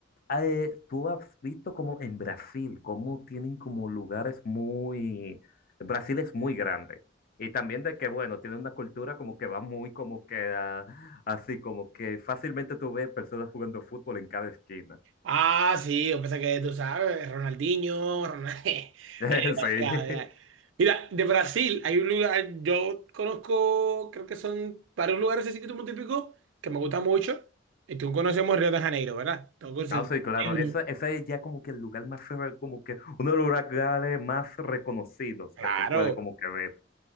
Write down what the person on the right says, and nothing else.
Ah, sí, yo pensé que tú sabes, Ronaldinho, Ronald... <laughs>
Eh, o
sea, ya. Mira, de Brasil hay un lugar, yo conozco, creo que son varios lugares así que tú típicos que me gustan mucho. Y tú conocemos Río de Janeiro, ¿verdad? Tú conoces
Euro.
Claro.